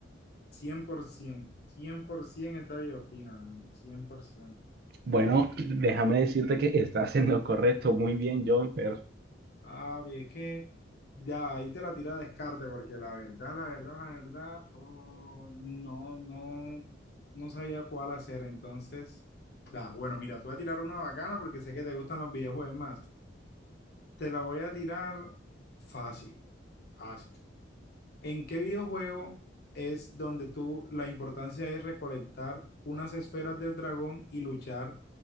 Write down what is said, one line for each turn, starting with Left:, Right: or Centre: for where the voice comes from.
Left: cien cien, por ciento, cien por 100% es David Ospina, 100%.
Right: Bueno, déjame decirte que estás en lo correcto. Muy bien, John, pero
Left: Ah, bien, es que ya ahí te la tira a descarte, porque la verdad, la verdad, la verdad, oh, no, no, no sabía cuál hacer. Entonces, da, bueno, mira, te voy a tirar una bacana porque sé que te gustan los videojuegos más. Te la voy a tirar fácil, fácil. ¿En qué videojuego es donde tú la importancia es recolectar unas esferas del dragón y luchar